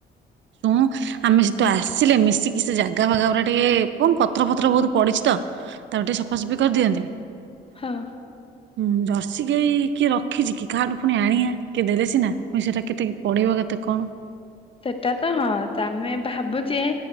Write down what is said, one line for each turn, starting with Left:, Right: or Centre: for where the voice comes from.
Right: ଶୁଣ ଆମେ ସେ ତୁ ଆସିଲେ ମିଶିକି ସେ ଜାଗା ଭାଗା ପୁରା ଟିକେ କଣ ପତର ପତ୍ର ବହୁତ ପଡିଚି ତ ତାକୁ ଟିକେ ସଫାସଫି କରିଦିଅନ୍ତେ।
Left: ହଁ
Right: ହୁଁ ଜର୍ସି ଗଈ କିଏ ରଖିଛି କି, କାହାଠୁ ପୁଣି ଆଣିବା କିଏ ଦେଲେ ସିନା ପୁଣି ସେଟା କେତେ ପଡେଇିବ କେତେ କଣ
Left: ସେଟା ତ ହଁ ଆମେ ଭାବୁଛେ